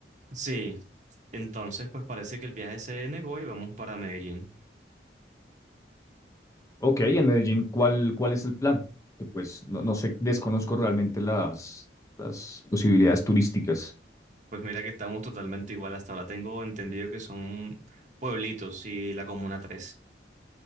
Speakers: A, on the right; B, on the left.
A: Sí, entonces pues parece que el viaje se negó y vamos para Medellín.
B: Ok, en Medellín, ¿cuál, cuál es el plan? Que pues no, no sé, desconozco realmente las, las posibilidades turísticas.
A: Pues mira que estamos totalmente igual. Hasta ahora tengo entendido que son pueblitos y la Comuna Tres.